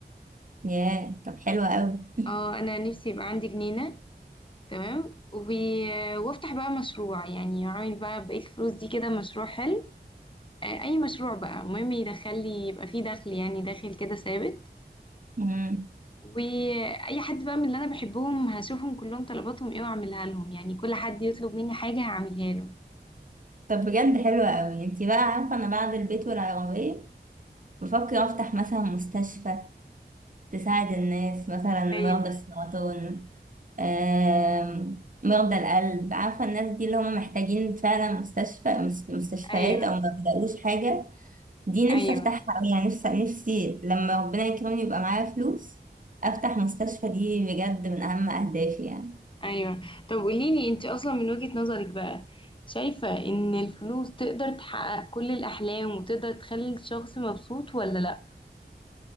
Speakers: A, on the right (about 50°); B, on the left (about 30°).
A: ياه طب حلوة قوي <laughs>
B: اه انا نفسي يبقى عندي جنينه تمام و- وافتح بقى مشروع يعني اعمل بقى بقيه الفلوس دي كده مشروع حلو آه، اي مشروع بقى المهم يدخل لي يبقى فيه دخل يعني داخل كده ثابت
A: مم.
B: واي حد بقى من اللي انا بحبهم هشوفهم كلهم طلباتهم ايه واعملها لهم يعني كل حد يطلب مني حاجه هعملها له
A: طب بجد حلوة قوي انتي بقى عارفة انا بعد البيت والعربية بفكر أفتح مثلا مستشفى تساعد الناس مثلا مرضى
B: ايوه
A: السرطان آم، مرضى القلب عارفة الناس دي اللي هم محتاجين فعلا مستشفى مس- مستشفيات
B: ايوه
A: أو ما بيلاقوش حاجة دي
B: ايوه
A: نفسي أفتحها أوي، يعني نفسي نفسي لما ربنا يكرمني يبقى معايا فلوس أفتح مستشفى دي بجد من أهم أهدافي يعني
B: ايوه طب قوليلي انت اصلا من وجهة نظرك بقى شايفة ان الفلوس تقدر تحقق كل الاحلام وتقدر تخلي الشخص مبسوط ولا لا